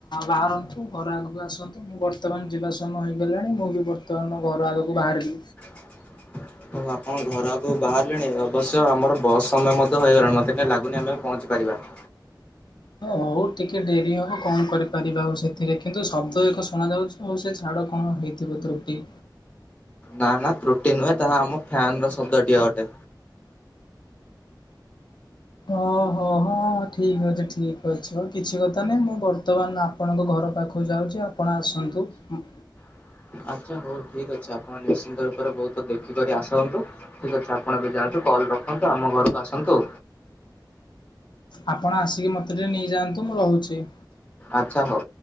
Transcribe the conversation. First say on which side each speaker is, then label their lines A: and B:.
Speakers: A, on the left; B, on the left.
A: ବାହାରନ୍ତୁ ଘର ଆଗକୁ ଆସନ୍ତୁ ମୁଁ ବର୍ତ୍ତମାନ ଯିବା ସମୟ ହେଇଗଲାଣି ମୁଁ ବି ବର୍ତ୍ତମାନ ଘ ଘର ଆଗକୁ ବାହାରିଲି।
B: <inaudible> ଆପଣ ଘର ଆଗକୁ ବାହାରିଲେଣି ଅବଶ୍ୟ ଆମର ବସ୍ ସମୟ ମଧ୍ୟ ହୋଇଗଲାଣି ମତେ କାହିଁ ଲାଗୁନି ଆମେ ଆଉ ପହଞ୍ଚିପାରିବା। <inaudible>
A: ହ ହଉ ଟିକେ ଡେରି ହବ କଣ କରିପାରିବା ଆଉ ସେଥିରେ କିନ୍ତୁ ଶବ୍ଦ ଏକ ଶୁଣା ଯାଉଛି ହଉ ସେ ଚାଡ କଣ ହେଇଥିବ ତ୍ରୁଟି।
B: ନା ନା ତ୍ରୁଟି ନୁହେଁ ତାହା ଆମ ଫ୍ୟାନ୍ ର ଶବ୍ଦ ଟି ଅଟେ।
A: ଓହୋ ହଁ ଠିକ୍ ଅଛି ଠିକ୍ ଅଛି ହଉ କିଛି କଥା ନାଇଁ ମୁଁ ବର୍ତ୍ତମାନ ଆପଣଙ୍କ ଘର ଘର ପାଖକୁ ଯାଉଛି ଆପଣ ଆସନ୍ତୁ ।
B: <inaudible> ଆଚ୍ଛା ହଉ ଠିକ୍ ଅଛି ଆପଣ ନିଶ୍ଚିନ୍ତ ରୂପରେ ବହୁତ ଦେଖିକରି ଆସନ୍ତୁ ଠିକ୍ ଅଛି ଆପଣ ଏବେ ଯାଆନ୍ତୁ କ ରଖନ୍ତୁ ଆମ ଘରକୁ ଆସନ୍ତୁ।
A: ଆପଣ ଆସିକି ମତେ ଟିକେ ନେଇଯାଆନ୍ତୁ। ମୁଁ ରହୁଛି
B: ଆଚ୍ଛା ହଉ।